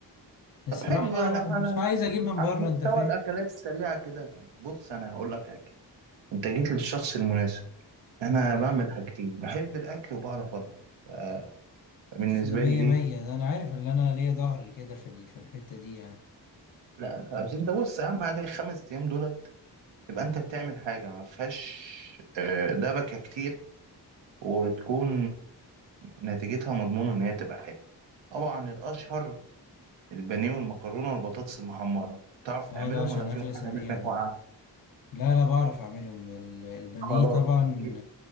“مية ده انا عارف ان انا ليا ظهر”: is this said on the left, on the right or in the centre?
Left